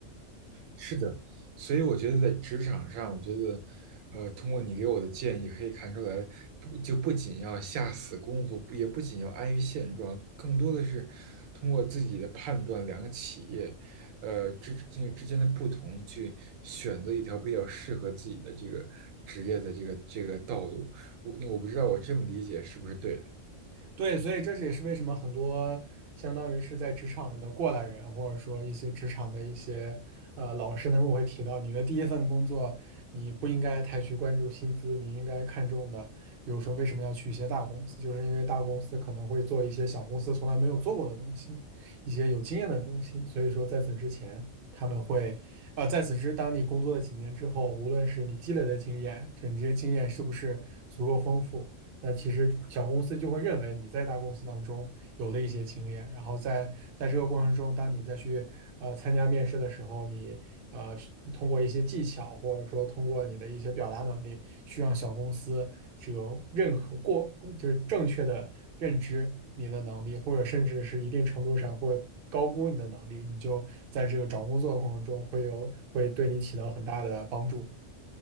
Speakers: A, on the right; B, on the right.
A: 是的，所以我觉得在职场上，我觉得，呃，通过你给我的建议，可以看出来，不就不仅要下死功夫，不也不仅要安于现状，更多的是通过自己的判断，两个企业，呃之这个之间的不同，去选择一条比较适合自己的这个职业的这个这个道路。我我不知道我这么理解是不是对的。
B: 对，所以这也是为什么很多相当于是在职场人的过来人，或者说一些职场的一些呃老师，他们会提到，你的第一份工作，你不应该太去关注薪资，你应该看重的，比如说为什么要去一些大公司，就是因为大公司可能会做一些小公司从来没有做过的东西，一些有经验的东西。所以说，在此之前，他们会呃，在此之，当你工作了几年之后，无论是你积累的经验，这你这些经验是不是足够丰富？那其实小公司就会认为你在大公司当中有了一些经验，然后在在这个过程中，当你再去呃参加面试的时候，你呃通过一些技巧，或者说通过你的一些表达能力，去让小公司这个认可过，就是正确的认知你的能力，或者甚至是一定程度上会高估你的能力，你就在这个找工作的过程中会有会对你起到很大的帮助。